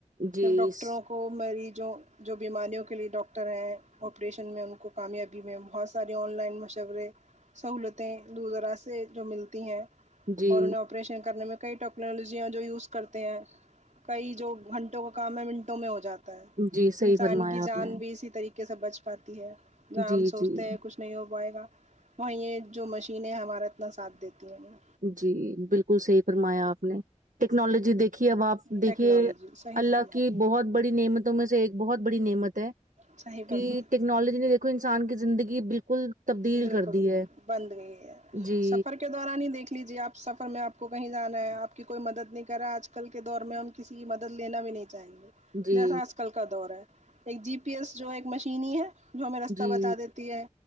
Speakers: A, on the right; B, on the right.
A: جی
B: جب ڈاکٹروں
A: س-
B: کو کو مریضوں جو بیماریوں کے لیے ڈاکٹر ہیں آپریشن میں ان کو کامیابی میں بہت ساری آن لائن مشورے سہولتیں دور دراز سے جو ملتی ہیں
A: جی
B: اور انہیں آپریشن کرنے میں کئی ٹیکنالوجیاں جو یوز کرتے ہیں کئی جو گھنٹوں کا کام ہے منٹوں میں ہو جاتا جاتا ہے
A: جی صحیح
B: انسان
A: فرمایا
B: کی
A: آپ
B: جان
A: نے
B: بھی اسی طریقے سے بچ پاتی ہے جہاں
A: جی
B: ہم سوچتے
A: جی
B: ہیں کچھ نہیں ہو پائے گا وہاں یہ جو مشینیں ہمارا اتنا ساتھ دیتی ہیں نہیں
A: جی بالکل صحیح فرمایا آپ نے ٹیکنالوجی دیکھیے اب آپ دیکھیے
B: ٹیکنالوجی صحیح
A: اللہ
B: فرمائیں
A: کی بہت بڑی نعمت تو میں سے ایک بہت بڑی نعمت ہے
B: صحیح
A: کی
B: فرمائیں
A: ٹیکنالوجی نے دیکھو انسان کی زندگی بالکل تبدیل
B: بالکل
A: کر
B: بالکل
A: دی ہے
B: بند گئی ہے
A: جی
B: سفر ک دوران ہی دیکھ لیجیے آپ سفر میں آپ کو کہیں جانا ہے آپ کی کوئی مدد نہیں کرا آج کل کے دور میں ہم کسی کی مدد لینا بھی نہیں چاہیں گے
A: جی
B: جیسا آج کل کا دور ہے ایک جی پی ایس جو ایک مشین ہے جو ہمیں رستہ
A: جی
B: بتا دیتی ہے